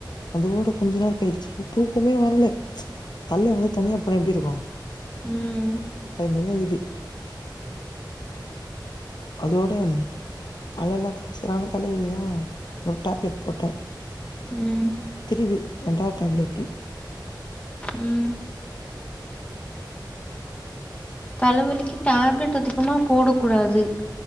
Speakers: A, on the left (about 65°); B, on the left (about 15°).
A: அந்த ஊரு கொஞ்ச நேர கழிச்சு தூக்கமே வர்ல தல்ல வந்து தனியா போனா எப்டி இருக்கு
B: ம்
A: அது மேரியே இக்குது அதோடு தல எல்லா தா செரியான தலைவலியா ஒரு டேப்லெட் போட்ட
B: ம்
A: திருப்பி ரெண்டாவது டேப்லெட்டு
B: ம் தலவலிக்கி டேப்லெட் அதிகமா போடக் கூடாது